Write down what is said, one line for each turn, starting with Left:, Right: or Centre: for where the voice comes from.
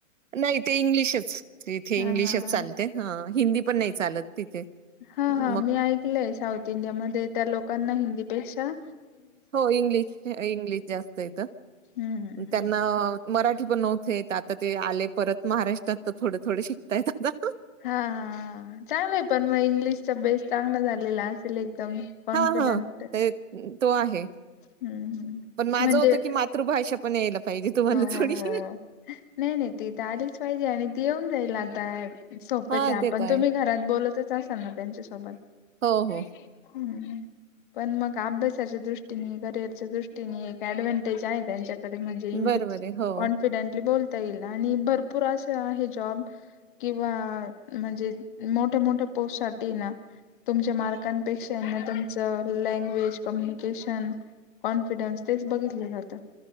Right: नाही ते इंग्लिशच तिथे
Left: हा
Right: इंग्लिशच
Left: हा हा
Right: चालते, हा हिंदी पण नाही चालत तिथे.
Left: हा
Right: मग
Left: -हा मी ऐकलंय साऊथ इंडिया मध्ये त्या लोकांना हिंदी पेक्षा
Right: हो इंग्लिश, इंग्लिश जास्त येत,
Left: हम्म हम्म.
Right: त्यांना मराठी पण नव्हतं येतं, आता ते आले परत महाराष्ट्रात तर थोडे- थोडे शिकतायात आता.
Left: हा -हा चांगलंय पण मग इंग्लिशचा बेस चांगला झालेला असेल एकदम. कॉन्फिडंट
Right: हा -हा, ते तो आहे
Left: हम्म हम्म.
Right: पण माझं
Left: म्हणजे
Right: होतं की मात मातृभाषा पण यायला पाहिजे तुम्हाला
Left: हो हो
Right: थोडीशी.
Left: हो नाही -नाही ती त आलीच पाहिजे, आणि ती येऊन जाईल आता. सोपेच
Right: हा
Left: आहे आपण
Right: ते तर
Left: तुम्ही घरात बोलतचः असाल ना त्यांच्यासोबत?
Right: हो
Left: नही-नही
Right: हो
Left: हम्म, पण मग अभ्यासाच्या दृष्टीने, करिअरच्या दृष्टीने, एक ऍडव्हनटेज आहे त्यांच्याकडे म्हणजे
Right: बरोबर आहे हो
Left: कन्फिडेंटली बोलता येईल, आणि भरपूर आशे आहे जॉब किंवा म्हणजे मोठ्या- मोठ्या पोस्टसाठी ना तुमच्या मार्कांनपेक्षा ना तुमचं लँग्वेज कम्युनिकेशन कॉन्फिडन्स् तेच बघितलं जात.